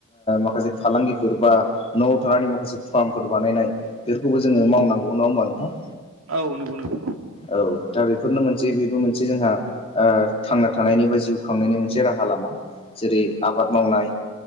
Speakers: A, on the left; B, on the right.
A: माखासे फालांगिफोर बा न'आव थानानै माखासे फार्मफोर बानायनाय बेफोरखौबो जोङो मावनांगौ नङा होमबा नोंथां?
B: औ नंगौ नंगौ।
A: औ दा बेफोरनो मोनसे बेबो मोनसे जोंहा? थांना थानायनि बा जिउ खांनायनि मोनसे राहा लामा। जेरै आबाद मावनाय